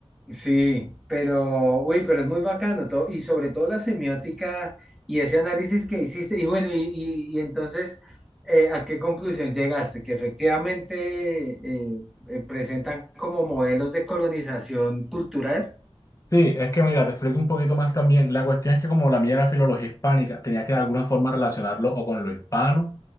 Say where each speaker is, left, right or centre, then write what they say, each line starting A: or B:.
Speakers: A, in the centre; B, on the left (about 30°).
A: Sí, pero, uy, pero es muy bacano todo, y sobre todo la semiótica y ese análisis que hiciste, y bueno, y, y- y entonces, eh, ¿a qué conclusión llegaste? Que efectivamente eh, eh, presentan como modelos de colonización cultural.
B: Sí, es que mira, te explico un poquito más también. La cuestión es que como la mía era filología hispánica, tenía que de alguna forma relacionarlo o con lo hispano